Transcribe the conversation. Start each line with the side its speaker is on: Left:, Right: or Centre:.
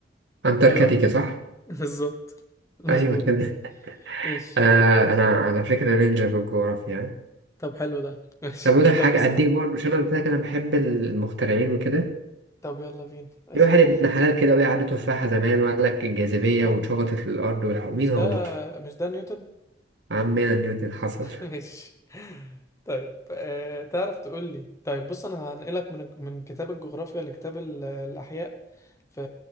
Right: أنتاركتيكا
Left: ايوه <laughs>
Right: صح؟
Left: بالظبط مظبوط
Right: أيوة كده
Left: ماشي
Right: أنا أنا على فكرة نينجا بالجغرافيا
Left: طب حلو ده ماشي
Right: طب أقول لك
Left: طب
Right: حاجة
Left: اسأل
Right: أديك برضه عشان أنا قلت لك أنا بحب المخترعين وكده
Left: طب يلا بينا اسأل
Right: في واحد ابن حلال كده وقع عليه تفاحة زمان وقال لك الجاذبية
Left: اه
Right: واتشبطت للأرض والع-
Left: مش
Right: مين هو؟
Left: ده مش ده نيوتن
Right: عمنا نيوتن حصل
Left: <laughs> ماشي طيب آه، تعرف تقول لي طيب بص انا هنقلك من من كتاب الجغرافيا لكتاب ال- الاحياء في